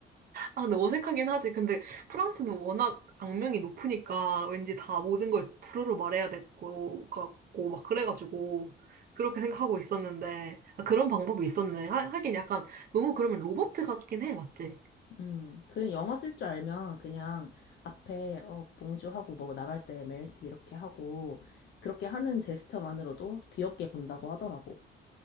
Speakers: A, on the right (about 50°); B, on the left (about 60°).
A: 아, 근데 어색하긴 하지. 근데 프랑스는 워낙 악명이 높으니까 왠지 다 모든 걸 불어로 말해야 될 거 같고, 막 그래가지고. 그렇게 생각하고 있었는데, 아, 그런 방법이 있었네. 하, 하긴 약간 너무 그러면 로버트 같긴 해, 맞지?
B: 음, 그 영어 쓸 줄 알면 그냥 앞에 어, 봉주 하고 뭐 나갈 때 메일스 이렇게 하고 그렇게 하는 제스처만으로도 귀엽게 본다고 하더라고.